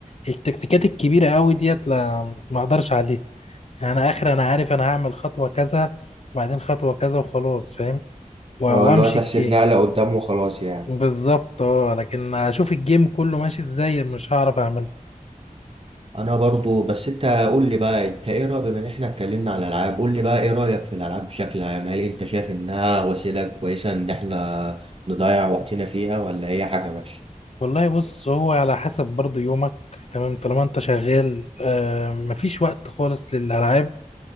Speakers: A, on the left (about 50°); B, on the right (about 40°).
A: التكتيكات الكبيره قوي ديت لا ما اقدرش عليها يعني انا اخر انا عارف انا هعمل خطوه كذا وبعدين خطوه كذا وخلاص فاهم و-
B: اه
A: وامشي
B: اللي هو تحسب
A: الجيم
B: نقلة قدام وخلاص يعني
A: بالظبط اه لكن اشوف الجيم كله ماشي ازاي مش هعرف اعملها
B: أنا برضو بس أنت قول لي بقى أنت إيه رأيك بما إن إحنا اتكلمنا على الألعاب قول لي بقى إيه رأيك في الألعاب بشكل عام هل أنت شايف إنها وسيلة كويسة إن إحنا نضيع وقتنا فيها ولا هي حاجة وحشة؟
A: والله بص هو على حسب برضو يومك تمام طالما انت شغال آه مفيش وقت خالص للالعاب